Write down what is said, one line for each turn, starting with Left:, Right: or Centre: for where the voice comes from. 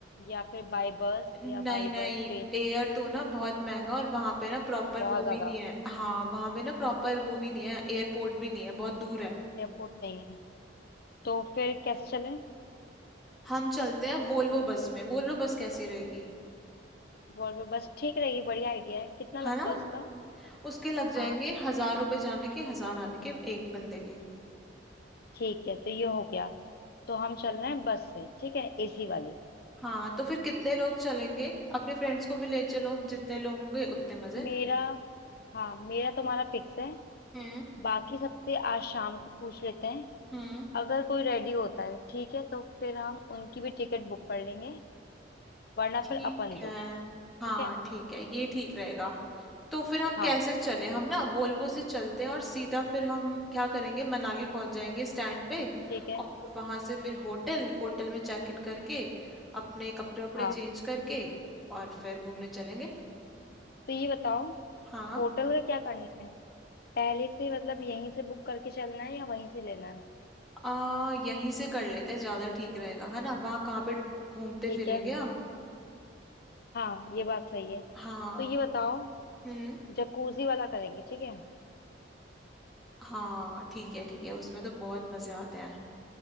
Left: या फिर बाय बस
Centre: नहीं
Left: या बाय
Centre: नहीं
Left: बस ट्रेन
Centre: एयर तो ना बहुत महंगा और वहाँ पे ना प्रॉपर
Left: बहुत
Centre: वो भी
Left: ज्यादा
Centre: नहीं है हाँ वहाँ पे ना प्रॉपर वो भी नहीं है एयरपोर्ट भी नहीं है बहुत दूर है
Left: एयरपोर्ट नहीं है तो फिर कैसे चलें
Centre: हम चलते हैं वोल्वो बस में वोल्वो बस कैसी रहेगी
Left: वॉल्वो बस ठीक रहेगी बढ़िया आइडिया है कितना
Centre: है
Left: लगता
Centre: ना
Left: है उसका
Centre: उसके लग जाएंगे
Left: हाँ
Centre: हजार रुपए जाने के हजार आने के एक बंदे के
Left: ठीक है तो ये हो गया तो हम चल रहे हैं बस से ठीक है एसी वाली
Centre: हाँ तो फिर कितने लोग चलेंगे अपने फ्रेंड्स को भी ले चलो जितने लोग होंगे उतने मजे
Left: मेरा हाँ मेरा तुम्हारा फिक्स है
Centre: हम्म
Left: बाकी सबसे आज शाम को पूछ लेते हैं
Centre: हम्म
Left: अगर कोई रेडी होता है ठीक है तो फिर हम उनकी भी टिकट बुक कर लेंगे वरना
Centre: ठीक
Left: फिर अपन दो
Centre: है हाँ
Left: ठीक है
Centre: ठीक है ये ठीक रहेगा तो फिर हम कैसे
Left: हाँ
Centre: चले हम ना वोल्वो से चलते हैं और सीधा फिर हम क्या करेंगे मनाली पहुंच जाएंगे स्टैंड पे
Left: ठीक है
Centre: और वहां से फिर होटल होटल में चेक इन करके अपने कपड़े वपड़े
Left: हाँ
Centre: चेंज करके और फिर घूमने चलेंगे
Left: तो ये बताओ
Centre: हाँ
Left: होटल का क्या करना है पहले से मतलब यहीं से बुक करके चलना है या वहीं से लेना है
Centre: आ, यहीं से कर लेते हैं ज्यादा ठीक रहेगा है ना वहाँ कहाँ पे घूमते
Left: ठीक
Centre: फिरेंगे
Left: है
Centre: हम
Left: हाँ ये बात सही है
Centre: हाँ
Left: तो ये बताओ
Centre: हम्म
Left: जकूजी वाला करेंगे ठीक है
Centre: हाँ ठीक है ठीक है उसमें तो बहुत मजे आते हैं